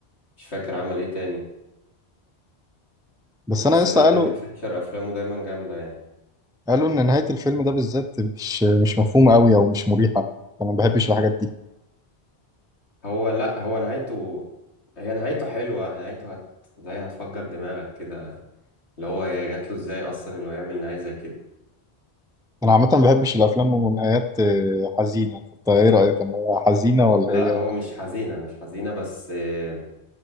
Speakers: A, on the left; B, in the centre.
A: مش فاكر عمل ايه تاني
B: بس
A: بس
B: انا لسه
A: لا
B: قالوا
A: ديفيد فينشر افلامه دايما جامدة يعني
B: قالوا ان نهايه الفيلم ده بالذات مش مش مفهومه قوي او مش مريحه انا ما بحبش الحاجات دي
A: هو لا هو نهايته هي نهايته حلوة نهايته هت... زي هتفجر دماغك كده اللي هو جات له ازاي اصلا انه يعمل نهاية زي كده
B: انا عامه ما بحبش الافلام ونهايات آه، حزينه فانت ايه رايك انا حزينه ولا
A: لا
B: هي
A: هو مش حزينة مش حزينة بس آه،